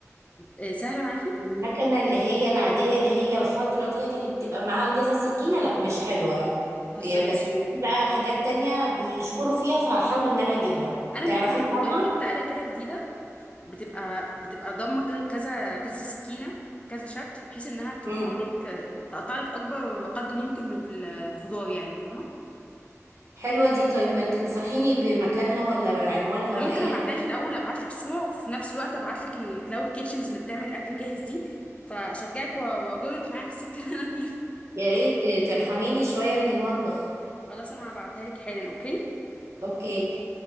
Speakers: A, on the left; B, on the right.
A: آه، سهله معاكي
B: المكنة اللي هي العادية اللي هي الخضرة ديت اللي بتبقى معاها كذا سكينة لا مش حلوة
A: ما تهزريش
B: يا بس في بقى حاجات تانية بيشكروا فيها فهحاول ان انا اجيبها
A: انا
B: تعرفي
A: جبتها والله
B: عنها
A: جبت آلة كده جديده بتبقى بتبقى ضامه ك- كذا كذا سكينه بكذا شكل بحيث انها توفر
B: امم
A: لك تقطع لك اكبر قدر ممكن من الخضار يعني فاهمه
B: حلوة دي طيب ما تنصحيني بمكانها ولا عنوانها
A: انا
B: ولا
A: ممكن
B: اي
A: ابعتها
B: حاجة
A: لك الاول ابعت لك صور وفي نفس الوقت ابعت لك الكلاود كيتشنز اللي بتعمل اكل جاهز دي فاشجعك و- واجرك معايا في السكه اللي انا فيها
B: يا ريت ترحميني شوية من المطبخ
A: <laughs> خلاص انا هبعتها لك حالا اوكي
B: اوكي